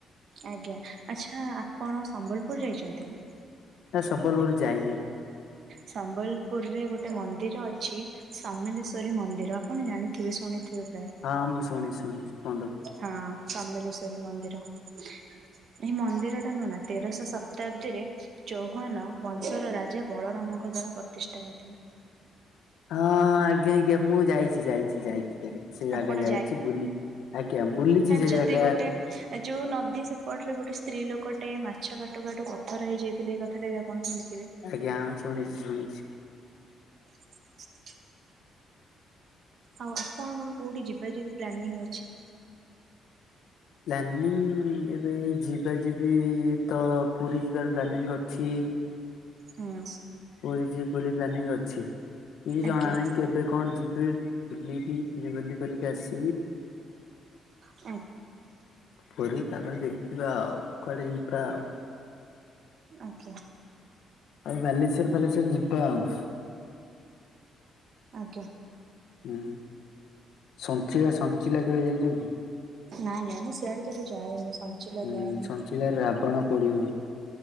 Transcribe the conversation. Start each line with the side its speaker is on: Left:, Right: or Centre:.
Right: ଆଜ୍ଞା, ଆଚ୍ଛା ଆପଣ ସମ୍ବଲପୁର ଯାଇଛନ୍ତି କି?
Left: ନା ସମ୍ବଲପୁର ଯାଇନି
Right: ସମ୍ବଲପୁରରେ ଗୋଟେ ମନ୍ଦିର ଅଛି ସମଲେଶ୍ଵରୀ ମନ୍ଦିର ଆପଣ ଜାଣିଥିବେ ଶୁଣିଥିବେ ପ୍ରାୟ
Left: ହଁ ମୁଁ ଶୁଣିଛି ଶୁଣିଛି କୁହନ୍ତୁ। କୁହନ୍ତୁ।
Right: ହଁ ସମଲେଶ୍ଵରୀ ମନ୍ଦିର। ଏଇ ମନ୍ଦିର ଟା ନୁହଁ ନା ତେରଶ ଶତାବ୍ଦୀରେ ଚୌହାନ ବଂଶର ରାଜା ବଳରାମ ମଙ୍କ ଦ୍ଵାରା ପ୍ରତିଷ୍ଠା ହେଇଥିଲା।
Left: ହଁ ହଁ ଆଜ୍ଞା ଆଜ୍ଞା ମୁଁ ଯାଇଛି ଯାଇଛି ଯାଇଛି ଯାଇ ସେ ଜାଗା
Right: ଆପଣ
Left: ଯାଇଛି ବୁଲି, ଆଜ୍ଞ ବୁଲିଛି ସେ
Right: ଚନ୍ତି
Left: ଜାଗା
Right: ଗୋଟେ ଯୋଉ ନଦୀ ସେପଟରେ ଗୋଟେ ସ୍ତ୍ରୀ ଲୋକ ଟେ ମାଛ କାଟୁ କାଟୁ ପଥର ହେଇଯାଇଥିଲେ ଏଇ କଥାଟା ବି ଆପଣ ଶୁଣି
Left: ଆଜ୍ଞା ଶୁଣିଛି ଶୁଣିଛି।
Right: ହ ଆଉ ଆପଣଙ୍କର କୋଉଠି ଯିବା ଯିବି ପ୍ଲାନିଂ ଅଛି?
Left: ପ୍ଲାନିଂ ଏବେ ଯିବା ଯିବି ତ ପୁରୀ ଯିବା ପ୍ଲାନିଙ୍ଗ ଅଛି।
Right: ହୁଁ।
Left: ପୁରୀ ଯିବି ବୋଲି ପ୍ଲାନିଂ ଅଛି, କିଛି
Right: ଆଜ୍ଞା
Left: ଜଣା ନାହିଁ କେବେ କଣ ଯିବି। ବୁଲିବି ବୁଲି ବୁଲି କରିକି ଆସ
Right: ହ ପ <inaudible>
Left: କହିଲି ତାପରେ ଦେଖିବା ଆଉ କୁଆଡେ ଯିବା ଆଉ।
Right: ଆଜ୍ଞା।
Left: ଆଉ ବାଲେଶ୍ଵର ଫାଲେଶ୍ଵର ଯିବା ଆଉ।
Right: ଆଜ୍ଞା।
Left: ହୁଁ ସଞ୍ଚିଲା ସଞ୍ଚିଲା କେବେ ଯାଇଛନ୍ତି।
Right: ନାଇଁ ନାଇଁ ମୁଁ ଶିଆଡେ କେବେ ଯାଏନି। ସଞ୍ଚିଲା
Left: ହୁଁ
Right: ଯାଏନି।
Left: ସଞ୍ଚିଲାରେ ରାବଣ ପୋଡି ହୁଏ।